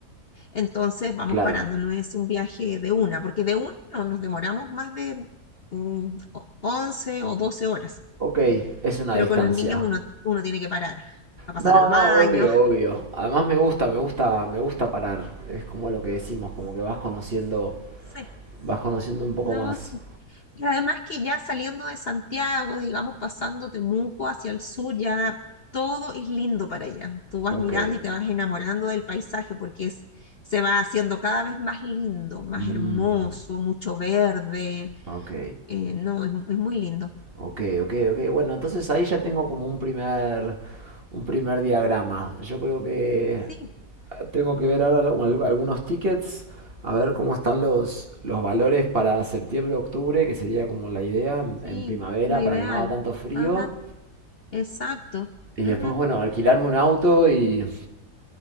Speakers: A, on the left; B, on the right.
A: entonces vamos
B: Claro.
A: parando, no es un viaje de una, porque de una no nos demoramos más de mm, o- 11 o 12 horas,
B: Ok, es una
A: pero
B: distancia.
A: con los niños uno, uno tiene que parar, a pasar
B: No,
A: al baño,
B: no, obvio, obvio. Además me gusta, me gusta, me gusta parar. Es como lo que decimos, como que vas conociendo
A: <laughs> sí,
B: Vas conociendo un poco
A: no,
B: más.
A: sí. Y además que ya saliendo de Santiago, digamos, pasando Temuco hacia el sur, ya todo es lindo para allá. Tú vas
B: Ok.
A: mirando y te vas enamorando del paisaje porque es, se va haciendo cada vez más lindo, más
B: Mm,
A: hermoso, mucho verde.
B: ok.
A: Eh, no, es, mu- es muy lindo.
B: Ok, ok, ok. Bueno, entonces ahí ya tengo como un primer, un primer diagrama. Yo creo que
A: Sí,
B: ah, tengo que ver ahora lo- al- algunos tickets, a ver cómo están los, los valores para septiembre, octubre, que sería como la idea en,
A: sí,
B: en primavera
A: lo ideal.
B: para que no haga tanto frío.
A: Ajá, exacto.
B: Y
A: Ujú,
B: después, bueno, alquilarme un auto y,
A: sí.